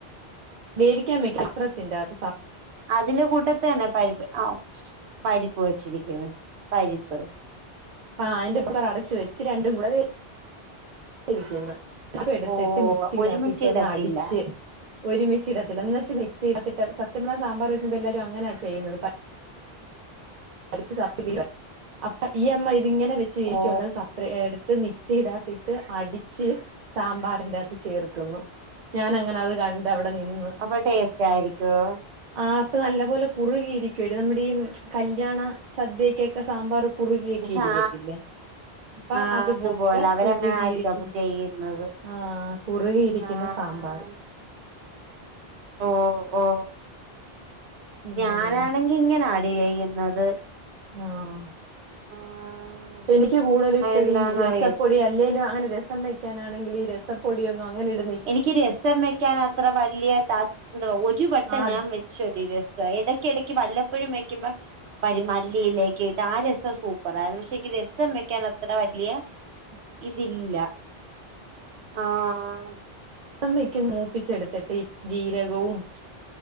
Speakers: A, on the right (about 50°); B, on the right (about 80°).
A: വേവിക്കാൻ വക്കും ഇത്രത്തിന്റെ അത്
B: അതിന്റെ കൂട്ടത്ത തന്നെ പരിപ്പ് ആ പരിപ്പ് വെച്ചിരിക്കുന്നു പരിപ്പ്
A: ആ അയിന്റെ പ്പുകർ അടച്ച് വെച്ച് രണ്ടും കൂടെ വോ വേവിക്കുന്ന് അപ്പ എടുത്തിട്ട്
B: ഓ
A: മിക്സി
B: ഒരുമിച്ചിടത്തില്ല
A: ഇടത്തിട്ട ഒന്ന് അടിച്ച് ഒരുമിച്ചിടത്തില്ല എന്നിട്ട് മിക്സ്ത്തിട്ട് സത്യം പറഞ്ഞ സാമ്പാറ് വെക്കുമ്പോ എല്ലാരും അങ്ങനെയാ ചെയ്യുന്നത് പരിപ്പ് സർട്ടിഫിക്ക അപ്പ ഈ അമ്മ ഇതി ഇങ്ങനെ വെച്ച് ചേയിച്ചോണ്ട
B: ഓ
A: എടുത്ത് മിക്സി ഇടാത്തിട്ട് അടിച്ച് സാമ്പാറിന്റെ അത്ത് ചേർക്കുന്നു ഞാൻ അങ്ങനെ അത് കണ്ട് അവിടെ നിന്ന്
B: അപ്പൊ ടേസ്റ്റ് ആയിരിക്കുവോ
A: ആ അപ്പ നല്ല പോലെ കുറുകിയിരിക്കുവടി നമ്മുടെ ഈ കല്യാണ സദ്യക്കൊക്കെ സാമ്പാർ കുറുകിയക്കെ
B: സാ
A: ഇരിക്കത്തില്ലേ അപ്പ
B: ആഹ്
A: അതുപോലെ
B: അവരങ്ങനെ
A: കുറുകിയിരിക്കും
B: ആയിരിക്കും അപ്പൊ ചെയ്യുന്നത്
A: ആഹ് കുറുകിയിരിക്കുന്ന
B: ആഹ്
A: സാമ്പാർ
B: ഓ ഓ
A: ഉം
B: ഞാനാണെങ്കി ഇങ്ങനെ ആ ഡി ചെയ്യുന്നത്
A: ആഹ്
B: ആഹ്
A: എനിക്ക് കൂടുതല ഇഷ്ട
B: അതെന്താന്നറിയ
A: ഡി രസപൊ ഡി അല്ലെങ്കും അങ്ങനെ രസം വെക്കാണെങ്കിൽ ഈസപ്പൊടി ഒന്നും അങ്ങനെ ഇട്
B: എനിക്ക് രസം വെക്കാൻ അത്ര വലിയ ടാസ് എന്തുവ ഒരു വെട്ടം
A: ആഹ്
B: ഞാൻ വെ ചെടി രസം ഇടക്ക ഇടക്ക് വല്ലപ്പോഴും വെക്കുമ്പോ പരിമല്ലിയിലേക്ക ഇട്ട് ആ രസം സൂപ്പർ ആരുന്നു പക്ഷെ രസം വയ്ക്കാണ് അത്ര വലിയ
A: ഉം <unintelligible>
B: ഇതില്ല ആഹ്
A: അമ്മക്ക് നൂപ്പിച്ചെടുത്തിട്ട് ഈ ജീരകവും